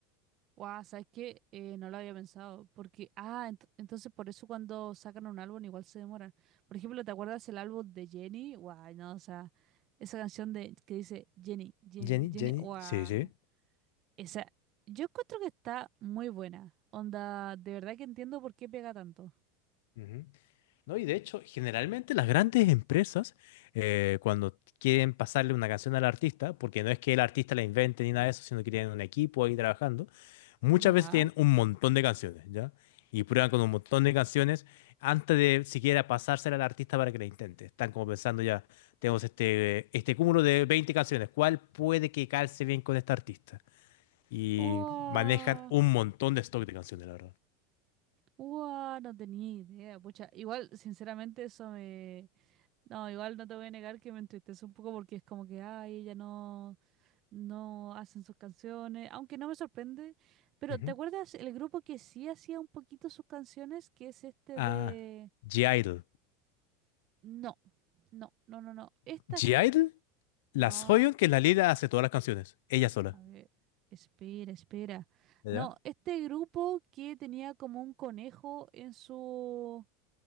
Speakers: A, on the right; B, on the left.
A: Guau, ¿sabes qué? Eh, no lo había pensado, porque, ah, ent- entonces por eso cuando sacan un álbum igual se demoran. Por ejemplo, ¿te acuerdas el álbum de Jenny? Guau, no, o sea, esa canción de que dice Jenny, Jenny,
B: Jenny,
A: Jenny,
B: Jenny,
A: guau,
B: sí, sí.
A: esa, yo encuentro que está muy buena. Onda, de verdad que entiendo por qué pega tanto.
B: Ujú. No, y de hecho, generalmente las grandes empresas, eh, cuando quieren pasarle una canción al artista, porque no es que el artista la invente ni nada de eso, sino que tienen un equipo ahí trabajando, muchas
A: Ya,
B: veces tienen un montón de canciones, ¿ya? Y prueban con un montón de canciones antes de siquiera pasársela al artista para que la intente. Están como pensando ya, tenemos este, este cúmulo de 20 canciones, ¿cuál puede que calce bien con este artista? Y
A: guau,
B: manejan un montón de stock de canciones, la
A: guau, no tenía idea, pucha, igual, sinceramente, eso me... No, igual no te voy a negar que me entristece un poco porque es como que, ay, ella no... no hacen sus canciones, aunque no me sorprende, pero
B: verdad.
A: ¿te acuerdas el grupo que sí hacía un poquito sus canciones, que es este
B: a
A: de...
B: G-Idle.
A: No, no, no, no, no, esta...
B: g la
A: No,
B: Soyeon que es la líder hace todas las canciones, ella sola.
A: a ver, espera, espera.
B: ¿Ya?
A: No, este grupo que tenía como un conejo en su,